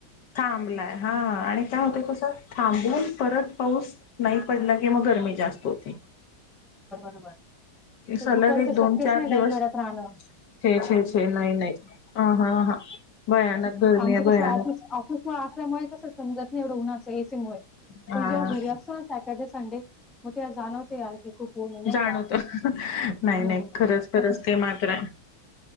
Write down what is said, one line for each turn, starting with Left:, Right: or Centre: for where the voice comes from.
Left: थांबलाय हा आणि काय होतय कसं थांबून परत पाऊस नाही पडला किं मग गरमी जास्त होते
Centre: <inaudible> दुपारच
Left: सलग एक दोन
Centre: शक्यच
Left: चार
Centre: नाही बाई
Left: दिवस
Centre: घरात राहणं <inaudible>
Left: छे छे छे नाही नाही ह हा हा भयानक गरमी
Centre: आमच
Left: आहे भयानक
Centre: कस ऑफिस ऑफिस ह्या असल्यामुळे कस समजत नाही रुग्णाच एसीमुळे
Left: हा
Centre: पण जेव्हा घरी असतो ना सॅटर्डे संडे मग ते जाणवते की खूप ऊन आहे नाही
Left: जाणवतो
Centre: का
Left: नाही
Centre: हम्म
Left: नाही खरंच खरंच
Centre: मग
Left: ते मात्र आहे